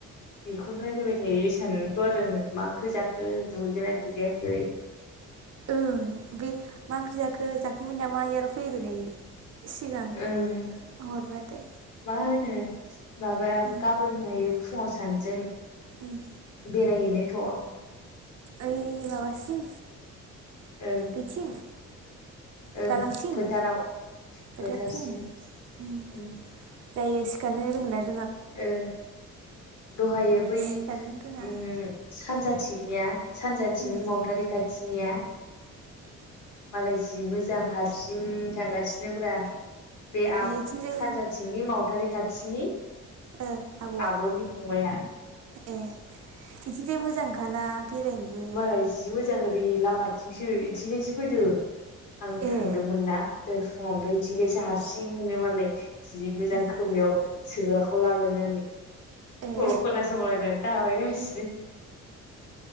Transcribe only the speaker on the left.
बेखौनो रायलायबाय थायो सानोथ' आरो मा ओंख्रि जाखो दुगैखो ना दुगैयाखै <inaudible>
ओं
मा होनो मा बा
गाबोनो हायो फुङाव सानजों
बेरायहैनो थ'
ओं
ओं
फोथाराव
फोथारसिम
ओम
ओ दहायो बै
उम सानजाथ थिंनिया सानजाथिं
मावथारि खाथिनिया मालाय जि मोजां हारसिं थांगासिनो ब्रा बे आब'
सानजाथिंनि मावथारि खाथिनि
आब'नि फंबाया
मालाय जि मोजां ओरै लामाथिंसो इथिंजायसो फैदों आं
थांदोंमोन ना दहाय फुङाव ओमफ्राय इथिंजायसो हारसिंनो मालाय जि मोजां
खोमायाव सोग्राखौ लालायनानै सल'
खोनासंलायनानै थाबायगासिनो।